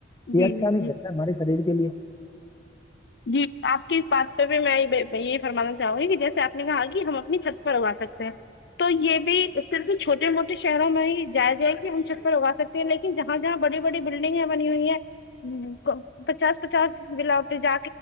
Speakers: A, on the left; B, on the left.
A: یہ
B: جی
A: اچھا
B: جی جی
A: نہیں
B: جی
A: رہتا ہمارے شریر کے لیے
B: جی آپ کی اس بات پہ بھی میں یہ فرمانا چاہوں گی کہ جیسے آپ نے کہا کہ ہم اپنی چھت پر اگا سکتے ہیں تو یہ بھی صرف چھوٹے موٹے شہروں میں ہی جایا جائے کہ ہم چھت پر اگا سکتے لیکن جہاں جہاں بڑی بڑی بلڈنگیں بنی ہوئی ہیں ہ پچاس پچاس بلا اتے جا